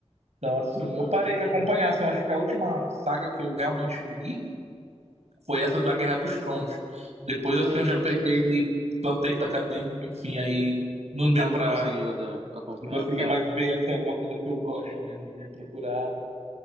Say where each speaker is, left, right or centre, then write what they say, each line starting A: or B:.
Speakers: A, on the right (about 85°); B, on the right (about 65°).
A: Então, assim,
B: Uhum,
A: eu parei de acompanhar. Assim, eu acho que a última saga que eu realmente li foi essa da Guerra dos Tronos. Depois,
B: entendi.
A: assim, eu já peguei ele só texto acadêmico, enfim, aí não deu
B: Ah,
A: pra.
B: não conseguiu da- acompanhar.
A: Não consegui
B: É.
A: mais ver assim, alguma coisa que eu gosto mesmo de procurar.